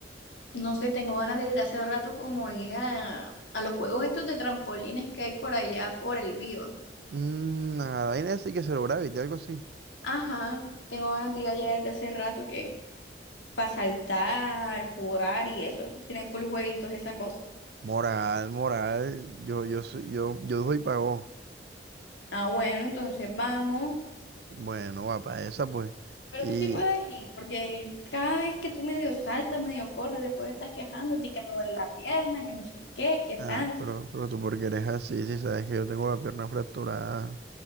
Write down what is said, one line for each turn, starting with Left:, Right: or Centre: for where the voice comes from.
Left: No sé, tengo ganas de ir hace rato como ir a, a los juegos estos de trampolines que hay por allá por el Viva.
Right: Mmm, la vaina esa hay que celebrar, y algo así.
Left: Ajá, tengo ganas de ir allá desde hace rato que para saltar, jugar y eso. Tienen full jueguitos, esa cosa.
Right: Moral, moral, yo, yo, soy- yo, yo doy pago.
Left: Ah, bueno, entonces vamos.
Right: Bueno, va para esa, pues.
Left: Pero
Right: Y,
Left: tú sí puedes ir, porque yo- cada vez que tú medio saltas, medio corres, después estás quejándote que me duele la pierna, que no sé qué, qué
Right: ah,
Left: tal.
Right: pero, pero tú porque eres así, si sabes que yo tengo la pierna fracturada.